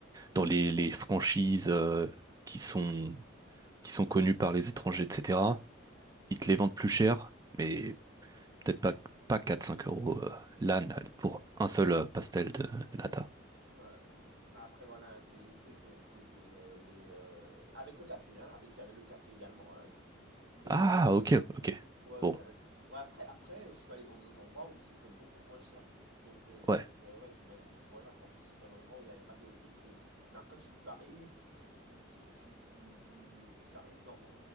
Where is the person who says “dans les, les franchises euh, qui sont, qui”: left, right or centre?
Right